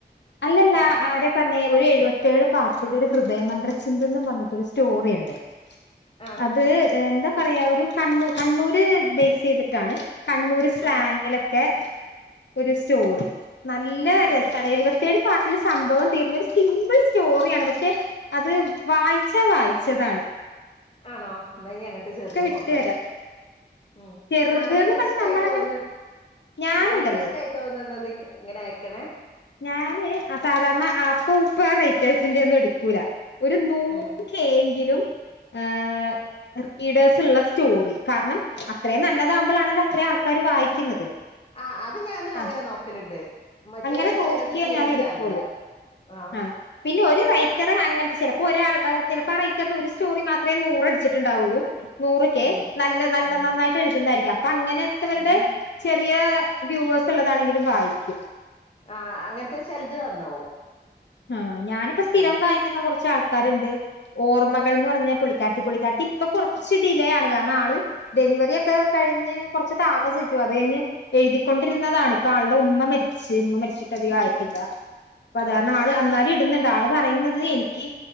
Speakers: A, on the left; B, on the left.
A: അല്ലല്ല
B: ആഹ്
A: ആര പറഞ്ഞേ ഒരു എഴുപത്തേഴ് പാർട്ടിന്റ ഒരു ഹൃ ദയമന്ത്ര ചിന്തന്ന് പറഞ്ഞിട്ടൊരു സ്റ്റോറി ഉണ്ട്
B: ആഹ്
A: അത് എന്താ പറയാ ഒരു കണ്ണൂർ കണ്ണൂര് ബേസ് ചെയ്തിട്ടാണ് കണ്ണൂർ സ്ലാങ്ങിലൊക്കെ
B: ആഹ്
A: ഒരു സ്റ്റോറി നല്ല
B: ആഹ്
A: രസണ് എഴുപ തേഴ് പാർട്ടില് സംഭവം തീർന്ന ഒരു സിമ്പിൾ സ്റ്റോറിയാണ്. പക്ഷേ അത് വായിച്ചാ വായി ച്ചതാണ്.
B: ആണോ എന്നനി അങ്ങനത്തെ ചെർത്
A: വിട്ട്
B: നോക്കണം.
A: തരാം
B: ഉം
A: ചെറുത്ന്ന്
B: അങ്ങനെ ഇൻട്രസ്റ്റ്
A: പറഞ്ഞ് നമ്മളങ്ങനെ
B: ആയി തോന്ന
A: ഞാനുണ്ടല്ലോ
B: ആ ഇൻട്രസ്റ്റ് ആയി തോന്നുന്നത് ഇങ്ങനെ അയക്കണേ.
A: ഞാന് അസാധാരണ ആപ്പ ഊപ്പ റൈറ്റേഴ്സിന്റെ ഒന്നും എടുക്കൂല. ഒരു നൂറ്
B: ഉം
A: കെങ്കിലും ആ റീഡേഴ്സ് ഉള്ള സ്റ്റോറി കാരണം അത്രയും നല്ലതാകുമ്പോഴാണല്ലോ അത്ര ആൾക്കാര് വായിക്കുന്നത്.
B: ആഹ് അത് ഞാനും
A: ആ
B: അങ്ങനെ നോക്കലുണ്ട് മറ്റേ
A: അങ്ങനെ നോക്കിയേ
B: ചെലത് തീരെ
A: ഞാൻ
B: ഇണ്ടാവില്ല
A: എടുക്കുള്ളൂ.
B: ആഹ്
A: ആ പിന്നെ ഒരു റൈറ്ററെ
B: അ
A: അങ്ങനത്തെ ചിലപ്പോ ഒരാൾ ആ ചെല ഇപ്പ റൈറ്ററിനു ഒരു സ്റ്റോറി മാത്രേ നൂറടിച്ചിട്ടുണ്ടാവുള്ളൂ. നൂറ് കെ
B: ഉം
A: നല്ല നല്ല
B: ഉം
A: നന്നായിട്ട് എഴുതുന്നതായിരിക്കും. അപ്പൊ അങ്ങനെത്തവരുടെ
B: ഉം
A: ചെറിയ വ്യൂവേഴ്സ് ഒള്ളതാണെങ്കിലും വായിക്കും.
B: ആ അങ്ങനത്തെ ചിലത് നന്നാവും.
A: ആഹ് ഞാനിപ്പ സ്ഥിരം
B: ഉം
A: വായിക്കുന്ന കുറച്ചാൾ ക്കാരുണ്ട് ഓർമ്മകൾ എന്ന് പറഞ്ഞ പുള്ളിക്കാരിത്തി പളിക്കാരിത്തി ഇപ്പൊ കുറച്ച് ഡിലേ ആണ്. കാരണം ആള് ടെ ഡെലിവറി ഒക്കെ കഴിഞ്ഞ് കൊറച്ച് താമസിച്ചു അത് കഴിഞ്ഞ് എഴുതിക്കൊണ്ടിരുന്നതാണ് ഇപ്പ ആളുടെ ഉമ്മ മരിച്ച്. ച് ഉമ്മമരിച്ചിട്ടധികആയിട്ടില്ല. അപ്പത്
B: ആ
A: കാര അന്നാരി ഇടുന്നുണ്ട് ആള് പറയുന്നത് എനിക്ക്